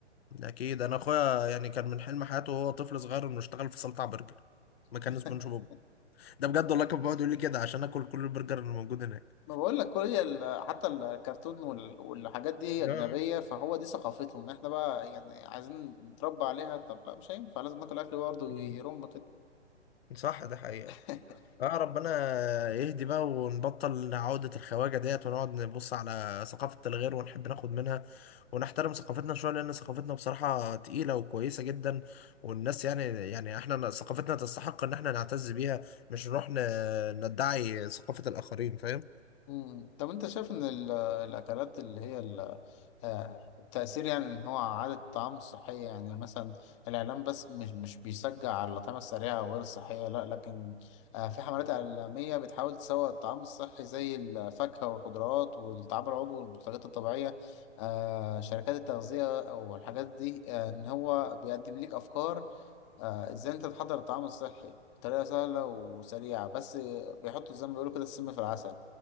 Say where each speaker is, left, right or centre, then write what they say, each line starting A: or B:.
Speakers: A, on the left; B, on the left.
A: ده اكيد انا اخويا يعني كان من حلم حياته وهو طفل صغير انه يشتغل في سلطع برجر مكان
B: <laughs>
A: سبونج بوب ده بجد والله كان بيقعد يقول لي كده عشان اكل كل البرجر اللي موجود هناك
B: ما بقول لك كل هي ال- حتى الكرتون وال- والحاجات دي
A: آه،
B: اجنبيه فهو دي ثقافتهم احنا بقى يعني عايزين نتربى عليها طب لا مش هينفع لازم ناكل اكل برضه
A: مم.
B: يرم كده
A: صح ده حقيقة
B: <laughs>
A: اه ربنا يهدي بقى ونبطل عودة الخواجة ديت ونقعد نبص على ثقافة الغير ونحب ناخد منها ونحترم ثقافتنا شوية لأن ثقافتنا بصراحة تقيلة وكويسة جدا والناس يعني يعني احنا ثقافتنا تستحق إن احنا نعتز بيها مش نروح ن- ندعي ثقافة الآخرين فاهم؟
B: مم. طب انت شايف ان ال- الاكلات اللي هي ال- آه، التأثير يعني ان هو عادة الطعام الصحية يعني مثلا الاعلام بس مش مش بيشجع على الأطعمة السريعة وغير الصحية لا لكن آه، في حملات إعلامية بتحاول تسوق الطعام الصحي زي الفاكهة والخضروات والطعام العضوي والمنتجات الطبيعية آه، شركات التغذية والحاجات دي آه، ان هو بيقدم لك افكار آه، ازاي انت تحضر الطعام الصحي بطريقه سهله وسريعه بس بيحطوا زي ما بيقولوا كده السم في العسل